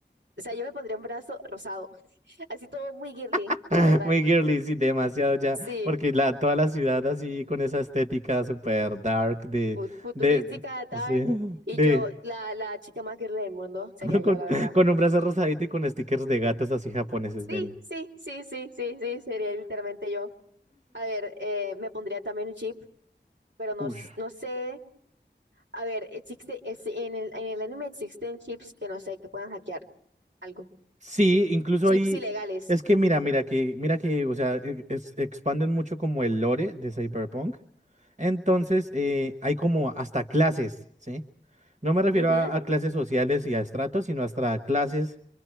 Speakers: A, on the right; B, on the right.
A: O sea, yo me pondría un brazo rosado. Así todo muy girly,
B: <laughs>
A: la verdad.
B: Muy girly, sí, demasiado ya,
A: Sí,
B: porque la, toda la ciudad así con esa estética super dark de,
A: fu- futurística,
B: de,
A: dark.
B: así,
A: Y
B: de,
A: yo, la, la chica más girly del mundo, sería
B: <laughs>
A: yo,
B: con,
A: la verdad.
B: con un brazo rosadito y con stickers de gatos así japoneses
A: Sí,
B: de...
A: sí, sí, sí, sí, sí, sería literalmente yo. A ver, eh, me pondría también un chip, pero no,
B: Uy.
A: s- no sé. A ver, existe, es- en el, en el anime existen chips que no sé, que puedan hackear algo.
B: Sí, incluso
A: Chips
B: ahí,
A: ilegales.
B: es que mira, mira que, mira que, o sea, e- es- expanden mucho como el lore de Cyberpunk, entonces eh, hay como hasta clases, ¿sí? No me refiero
A: Ujú.
B: a, a clases sociales y a estratos, sino hasta clases